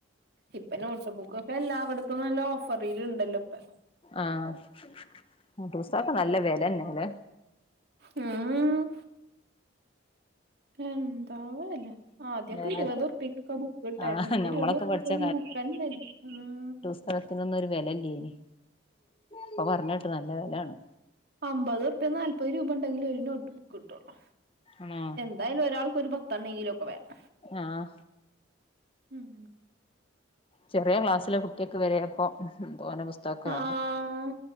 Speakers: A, on the right; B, on the left.
A: ഇപ്പ നോട്ട്ബുക്കൊക്കെ എല്ലാവട്ത്തും നല്ല ഓഫറില് ഇണ്ടല്ലോ ഇപ്പെ
B: ആഹ് നോട്ട്പുസ്‌തകൊക്കെ നല്ല വെലെന്നോലെ
A: ഉം ഉം എന്താവോല്ലെ ആദ്യൊക്കെ
B: അല്ലെ
A: ഇര് വതുർപ്പ്യെക്കൊക്കെ ബുക്ക് കിട്ടായ്രുന്നു
B: ആഹ്
A: ഇപ്പൊ
B: നമ്മളൊക്കെ
A: ഇരുവതുർപ്പ്യെക്കൊന്നും
B: പഠിച്ച
A: ബുക്കന്നെ ഇല്ല ഉം
B: സ്ഥലത്തിനൊന്നും ഒരു വെലല്ല്യേയ്നി ഇപ്പ പർഞ്ഞേട്ട് നല്ല വെലേണ്ന്ന്
A: അമ്പതുർപ്പ്യ നാല്പത് രൂപ ഉണ്ടെങ്കിലേ ഒര് നോട്ട് ബുക്ക് കിട്ടൊള്ളൂ.
B: ആണോ.
A: എന്തായാലും ഒരാൾക്ക്‌ ഒരു പത്തെണ്ണെങ്കിലും ഒക്കെ വേണം.
B: ആഹ്.
A: ഉം.
B: ചെറ്യേ ക്ലാസ്സിലെ കുട്ട്യേക്ക്‌ വരേപ്പൊ തോന്നെ പുസ്തകൊക്കെ
A: ആഹ്
B: വേണ്ടെ